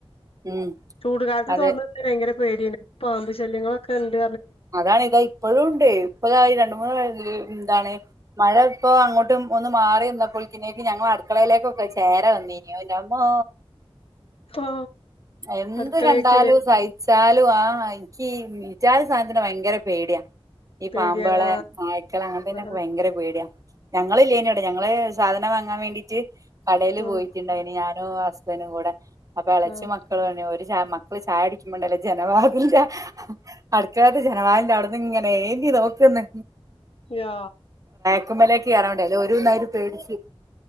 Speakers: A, on the right; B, on the left.
A: ഉം
B: ചൂടുകാലത്ത്
A: അതെ
B: തൊറന്ന് ഇട്ടു കഴിഞ്ഞാൽ ഭയങ്കര പേടിയാണ് പാമ്പ് ശല്യങ്ങള ഒക്കെ ഇണ്ട്
A: അതാണ് ഇതാ ഇപ്പോഴുണ്ട് ഇപ്പോഴാണെങ്കിൽ രണ്ട് മൂന്ന് വ എന്താണ് മഴ ഇപ്പോ അങ്ങോട്ടും ഒന്ന് മാറി വന്നപ്പോളിക്കനേക്ക് ഞങ്ങൾ അടുക്കളയിലേക്കൊക്കെ ചേര വന്നീനോന് എൻ്റെ അമ്മോ
B: ഓ
A: എന്ത്
B: അടുക്കളേക്കല്ലേ
A: കണ്ടാലും സഹിച്ചാലും ആ മി വിചാരിച്ച് ഈ സാധനത്തിന് ഭയങ്കര പേടിയാ ഈ
B: പേടിയാണ്
A: പാമ്പളെ നായ്ക്കളെ അങ്ങനത്തെന്നെക്കെ
B: ആഹ്
A: ഭയങ്കര പേടിയ ഞങ്ങളില്ലേന് ഇടെ ഞങ്ങള് സാധനം വാങ്ങാൻ വേണ്ടിട്ട് കടയില്
B: ആഹ്
A: പോയിട്ടുണ്ടായിന് ഞാൻ <unintelligible> കൂടെ അപ്പൊ ഇളെച്ചി
B: ആഹ്
A: മക്കൾ വേണെ ച മക്കള് ചായ കുടിക്കുമ്പോണ്ടല്ലോ ജനാവിതിൽ ആ അടുക്കളേത്ത് ജനവാതിന്റെ അവിടന്ന് ഇങ്ങനെ എന്തി നോക്കുന്നു
B: യാ
A: ഉക്കുമലക്ക് കേറാൻ വേണ്ടി ഓല് ഒന്നായിറ്റ് പേടിച്ച്